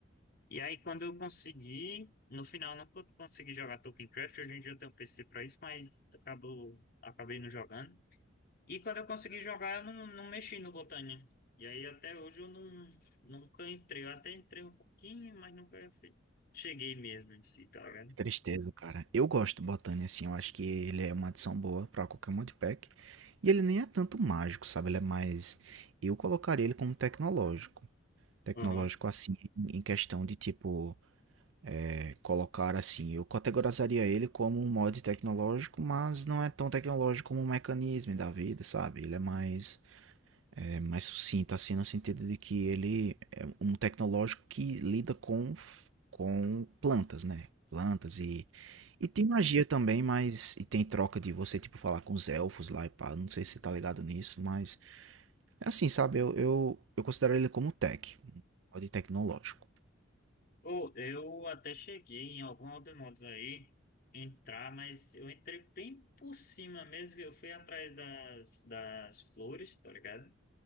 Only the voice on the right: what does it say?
Que Tristeza, cara. Eu gosto do botânia, assim. Eu acho que ele é uma adição boa pra qualquer modpack. E ele nem é tanto mágico, sabe? Ele é mais. Eu colocaria ele como tecnológico. tecnológico
assim, em questão de tipo, é, colocar assim, eu categorizaria ele como um mod tecnológico, mas não é tão tecnológico como um mecanismo da vida, sabe? Ele é mais, é, mais sucinto assim, no sentido de que ele é um tecnológico que lida com, f- com plantas, né? Plantas e. E tem magia também, mas. E tem troca de você, tipo, falar com os elfos lá e pá. Não sei se você tá ligado nisso, mas. É assim, sabe? Eu, eu, eu considero ele como tech, um mod tecnológico.